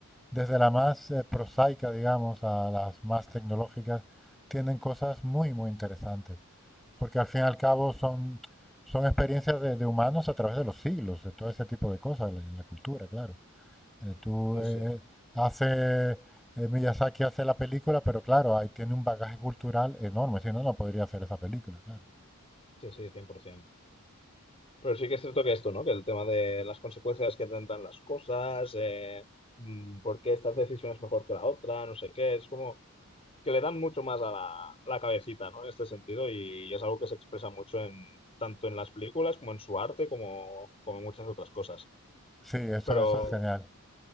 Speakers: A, in the centre; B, on the left.
A: desde la más eh, prosaica, digamos, a las más tecnológicas, tienen cosas muy, muy interesantes, porque al fin y al cabo son, son experiencias de, de humanos a través de los siglos, de todo ese tipo de cosas en la cultura, claro. Eh, tú eh,
B: sí,
A: eh, hace, eh, Miyazaki hace la película, pero claro, ahí tiene un bagaje cultural enorme, si no, no podría hacer esa película, claro.
B: sí, sí, cien por 100%. Pero sí que es cierto que esto, ¿no? Que el tema de las consecuencias que tendrán las cosas, eh, mm, por qué esta decisión es mejor que la otra, no sé qué, es como que le dan mucho más a la, a la cabecita, ¿no? En este sentido, y es algo que se expresa mucho en, tanto en las películas como en su arte, como, como en muchas otras cosas.
A: Sí, eso,
B: Pero
A: eso es genial.